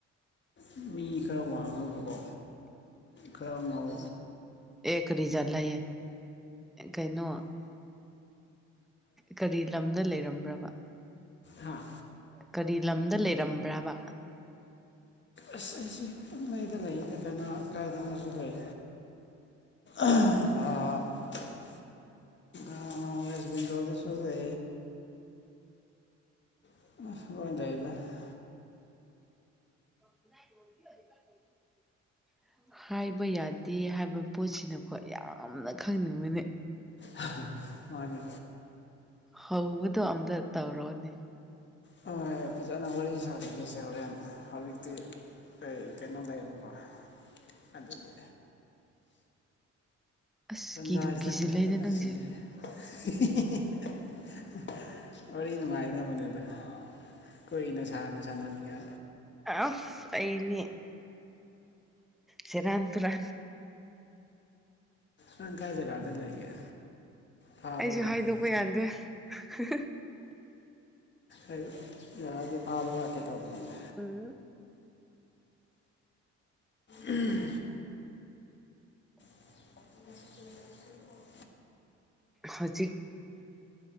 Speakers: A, on the left; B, in the centre.
A: <unintelligible> ꯃꯤ ꯈꯔ ꯋꯥꯡꯉꯒꯀꯣ ꯈꯔ ꯉꯥꯎ
B: ꯑꯦꯛ ꯔꯤꯖꯟ ꯂꯩꯌꯦ ꯑ ꯀꯩꯅꯣ ꯀꯔꯤ ꯂꯝꯗ ꯂꯩꯔꯝꯕ꯭ꯔꯕ
A: ꯍꯥꯥ
B: ꯀꯔꯤ ꯂꯝꯗ ꯂꯩꯔꯝꯕ꯭ꯔꯕ
A: ꯑꯁ ꯑꯩꯁꯦ ꯄꯨꯡꯂꯩꯗ ꯂꯩꯗ ꯀꯩꯅꯣ ꯀꯥꯏꯗꯅꯁꯨ ꯂꯩ <unintelligible> ꯑ ꯋꯁ ꯦꯡꯒꯜꯗꯁꯨꯁꯦ <unintelligible>
B: <unintelligible> ꯍꯥꯏꯕ ꯌꯥꯗꯦ ꯍꯥꯏꯕ ꯄꯣꯠꯁꯤꯅꯀꯣ ꯌꯥꯝꯅ ꯈꯪꯅꯤꯡꯕꯅꯤ
A: ꯍꯥꯍꯥ ꯃꯥꯅꯦ
B: ꯍꯧꯕꯗꯣ ꯑꯝꯇ ꯇꯧꯔꯛꯑꯣꯅꯦ
A: ꯍꯣꯏ ꯐꯖꯅ ꯋꯥꯔꯤ ꯁꯥꯖꯒꯦꯁꯦ ꯍꯣꯔꯦꯟ ꯍꯧꯖꯤꯛꯇꯤ ꯑꯣꯏ ꯀꯩꯅꯣ ꯂꯩꯕꯀꯦ ꯑꯗꯨꯒꯤ
B: ꯑꯁ
A: ꯇꯟꯖꯥꯁꯤꯗ
B: ꯀꯤꯗꯨꯝ ꯀꯤꯖꯤꯜꯂꯩꯗ
A: ꯊꯕꯛꯀ
B: ꯅꯪꯁꯦ
A: ꯂꯥꯛꯁꯤꯜꯂꯦ ꯍꯤ ꯍꯤ ꯍꯤ ꯍꯤ ꯋꯥꯔꯤ ꯅꯨꯡꯉꯥꯏꯅꯕꯅꯦ ꯗ‌ꯣ ꯀꯨꯏꯅ ꯁꯥꯡꯅ ꯁꯥꯟꯅꯅꯤꯡꯉꯥ
B: ꯑꯁ ꯑꯩꯅꯤ ꯁꯦꯔꯥꯟ ꯇꯨꯔꯥꯟ
A: ꯅꯪ ꯀꯥꯏ ꯖꯒꯥꯗ ꯂꯩꯒꯦ ꯐꯥꯕ
B: ꯑꯩꯁꯨ
A: ꯂꯥꯛꯀꯦ
B: ꯍꯥꯏꯗꯣꯛꯄ ꯌꯥꯗꯦ ꯍꯥꯍꯥ
A: ꯑꯩ ꯌꯥꯗꯣ ꯐꯥꯕ ꯂꯥꯛꯀꯦ ꯇꯧꯕꯅꯦ
B: ꯎꯝ
A: ꯎꯍꯝ <unintelligible>
B: ꯍꯧꯖꯤꯛ